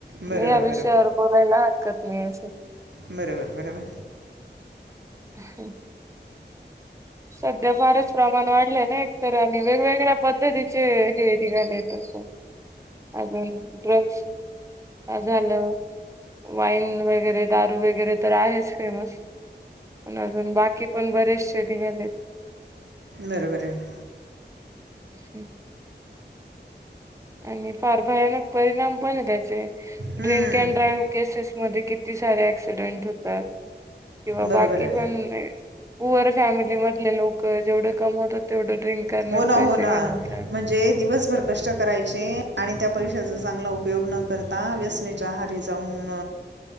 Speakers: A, on the right (about 75°); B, on the right (about 15°).
A: बरोबर
B: या विषयावर बोलायला हरकत हम्
A: बरोबर बरोबर
B: ह ह सध्या फारच प्रमाण वाढलंय ना एकतर आणि वेगवेगळ्या पद्धतीचे हे निघाले तसं अ ड्रगस झालं वाईन वगैरे दारू वगैरे तर आहेच फेमस पण अजून बाकी पण बरेच श निघालेत
A: बरोबर ना
B: ह् आणि फार भयानक परिणाम पण आहे त्याचे
A: हम्म.
B: ड्रिंक अँड ड्राईव्ह केसेस मध्ये किती सारे ऍक्सिडेंट होतात किंवा
A: बरोबर
B: बाकी
A: आहे
B: पण
A: ना
B: पुुअर फॅमिली मधले लोक जेवढं कमवतात तेवढं ड्रिंक करण्यात
A: हो ना
B: पैसे
A: हो ना
B: घालवतात.
A: म्हणजे दिवसभर कष्ट करायचे आणि त्या पैशाचा चांगला उपयोग न करता व्यसनेच्या आहारी जाऊन